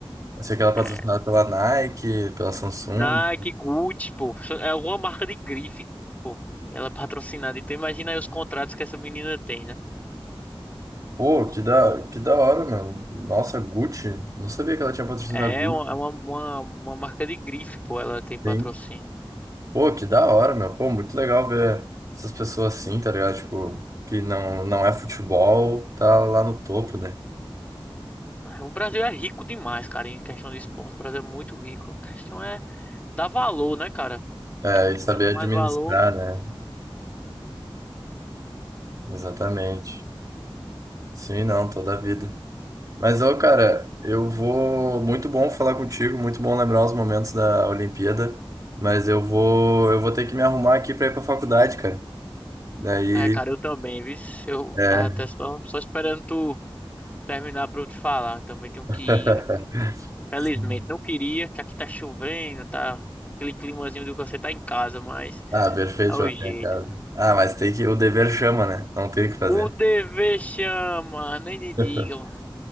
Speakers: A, on the right; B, on the left.
A: eu sei que ela é patrocinada
B: É,
A: pela Nike, pela Samsung.
B: Nike, Gucci, pô. So- É alguma marca de grife, pô. Ela é patrocinada. Então imagina aí os contratos que essa menina tem, né?
A: Pô, que da, que da hora, meu. Nossa, Gucci. Não sabia que ela tinha patrocinado
B: É
A: a Gucci,
B: uma, é uma, uma, uma marca de grife, pô. Ela tem patrocínio.
A: sim. Pô, que da hora, meu. Pô, muito legal ver essas pessoas assim, tá ligado? Tipo, que não, não é futebol, tá lá no topo, né?
B: Ah, O Brasil é rico demais, cara, em questão de esporte. O Brasil é muito rico. A questão é dar valor, né, cara?
A: É, e saber
B: Desse mais
A: administrar,
B: valor.
A: né? Exatamente. Sim, não, toda a vida. Mas, ô, cara, eu vou. Muito bom falar contigo, muito bom lembrar os momentos da Olimpíada. Mas eu vou, eu vou ter que me arrumar aqui pra ir pra faculdade, cara. Daí,
B: É, cara, eu também, viu? Eu
A: é.
B: tava até só, só esperando tu terminar pra eu te falar. Também tenho
A: <laughs>
B: que ir, velho. Felizmente,
A: Sim.
B: não queria, que aqui tá chovendo, tá aquele climazinho de que você tá em casa, mas
A: Ah, perfeito,
B: é
A: já
B: o jeito.
A: fiquei em casa. Ah, mas tem que. O dever chama, né? Não tem o que fazer.
B: O dever chama, nem me diga,
A: <laughs>
B: mano.